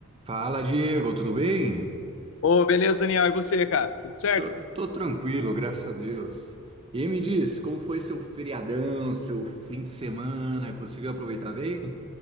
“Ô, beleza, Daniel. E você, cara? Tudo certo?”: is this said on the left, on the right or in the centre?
Left